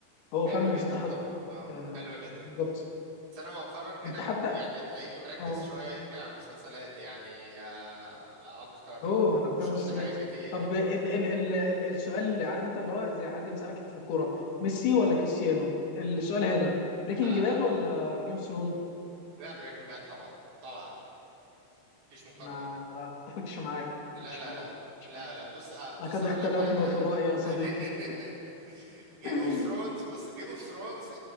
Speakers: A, on the left; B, on the right.
A: هو
B: حلو
A: فعلا
B: جدا
A: يستحق
B: طبعا اه
A: آه
B: حلو جدا
A: بالضبط
B: بس انا مؤخرا كده
A: انت
B: م-
A: حتى
B: يعني تلاقيني مركز
A: اه
B: شوية يمكن على المسلسلات يعني آه، آه، اكتر
A: هو انا
B: او
A: بتاع
B: شفت
A: مسلسلات
B: حاجات كتير
A: طب ال ال ال ال السؤال اللي عارف انت اللي هو زي حد بيسألك في الكورة ميسي ولا كريستيانو السؤال هنا بريكنج
B: آه
A: باد
B: آه.
A: ولا جيم اوف ثرون
B: لا بريكنج باد طبعا طبعا مفيش مقارنة
A: لا انا لا ما اتفقش معاك ما
B: لا
A: اتفقش
B: لا
A: معاك
B: لا
A: ما اتفقش
B: لا
A: معاك
B: لا بص آه بص
A: لقد
B: هقول
A: اختلفنا
B: لك حاجة
A: في الرأي يا صديقي
B: <laughs> جيم
A: <laughs>
B: اوف ثرونز بص جيم اوف ثرونز